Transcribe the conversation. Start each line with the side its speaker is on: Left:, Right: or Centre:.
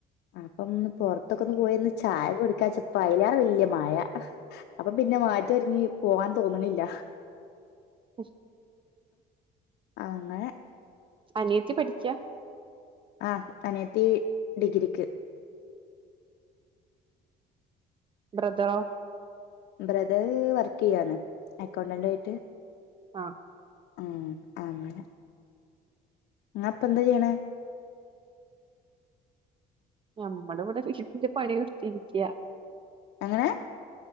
Left: അപ്പംന്ന് പൊറത്തൊക്കൊന്ന് പോയൊന്ന് ചായ കുടിക്കാച്ചപ്പ അയ്ലേറെ വല്ല്യേ മയ അപ്പം പിന്നെ മാറ്റി ഒരുങ്ങി പോവാൻ തോന്ന്ണില്ല
Right: കുഷ്
Left: അങ്ങനെ
Right: അനിയത്തി പഠിക്ക
Left: ആഹ് അനിയത്തീ ഡിഗ്രിക്ക്
Right: ബ്രദറോ
Left: ബ്രദർ വർക്ക്യ്യാണ് അക്കൗണ്ടന്റായിട്ട്
Right: ആഹ്
Left: ഉം അങ്ങനെ ഇങ്ങപ്പന്താ ചെയ്യണേ
Right: ഞമ്മള്വ്ടെ വീട്ടില് പണിയെട്ത്തിരിക്ക്യാ
Left: എങ്ങനേ